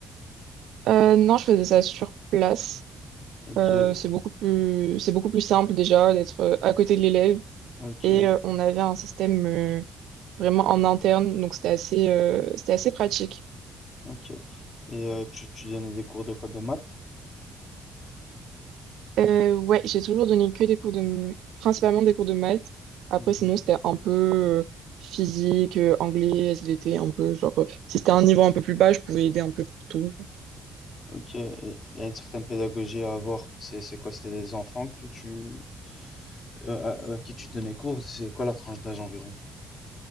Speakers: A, on the right; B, on the left.
A: Euh, non, je
B: C'est-
A: faisais ça sur place.
B: Ok,
A: Euh, c'est beaucoup plus, c'est beaucoup plus simple déjà d'être euh, à côté de l'élève.
B: ok,
A: Et euh, on avait un système euh, vraiment en interne, donc c'était assez, euh, c'était assez pratique.
B: ok. Et euh, tu, tu donnais des cours de quoi? De maths?
A: Euh, ouais, j'ai toujours donné que des cours de, m- principalement des cours de maths. Après,
B: Mhm.
A: sinon, c'était un peu euh, physique, euh, anglais, SVT, un peu genre, euh, si c'était un niveau un peu plus bas, je pouvais aider un peu pour tout.
B: Ok, et il y a une certaine pédagogie à avoir. C'est, c'est quoi? C'était des enfants que tu, euh, à, à qui tu donnais cours, c'est quoi la tranche d'âge environ?